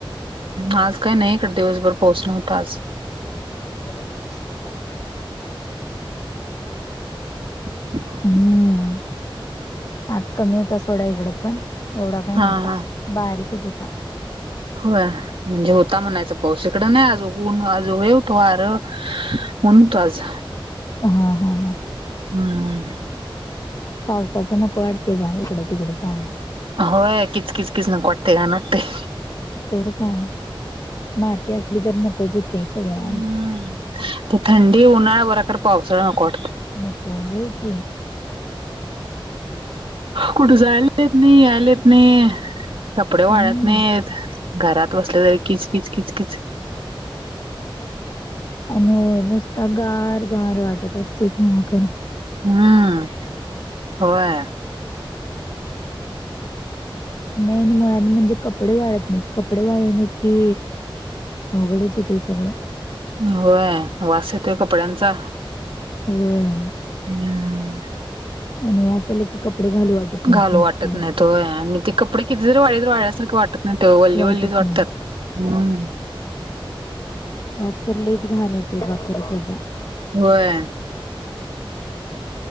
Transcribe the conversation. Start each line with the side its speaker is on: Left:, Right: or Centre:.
Right: आज काय नाही इकड दिवसभर पाऊस नव्हता आज.
Left: गटारी तुम्ब भरल्यात पाऊसाने.
Right: <unintelligible>
Left: हम्म आज कमी होता सोडा इकडं पण एवढा काय
Right: हा
Left: नव्हता.
Right: हा
Left: बारीकच होता.
Right: होय म्हणजे होता म्हणायचं पाऊस इकडं नाही आज ऊन आज लय होत वारं. ऊन होतं आज.
Left: हा हा हा.
Right: हम्म.
Left: पावसाचं नको वाटतय बाहेर इकडं तिकड जायला.
Right: होय किच किच किच नको वाटतंय घाण वाटतंय.
Left: तर काय माती असली तर नकोच होतय सगळं आणि.
Right: हम्म. ते थंडी, उन्हाळा बरा खरं पावसाळा नको वाटतोय.
Left: नको होय की.
Right: कुठ जायला येत नाही, यायला येत नाही. कपडे वाळत
Left: हम्म
Right: नाहीत घरात बसले तरी किचकिच
Left: आणि नुसता गार गार वाटत असते तेव्हा खर
Right: हम्म हम्म होय
Left: मेन मुळात म्हणजे कपडे वाळत नाहीत कपडे वाळली नाहीत की अवघडच होतय सगळ
Right: होय वास येतोय कपड्यांचा
Left: होय
Right: हम्म
Left: आणि वास आला की कपडे घालू वाटत नाहीत
Right: घालू
Left: मग
Right: वाटत
Left: ते
Right: नाहीत होय आणि ती कपडे कितीतरी वाळली वाळल्यासारखे वाटत नाही नाहीतर वल्ली
Left: वाटत
Right: वल्लीच वाटतात
Left: नाही
Right: हम्म
Left: वास तर लयच घाण येतोय बापरे खर त्याचा
Right: होय.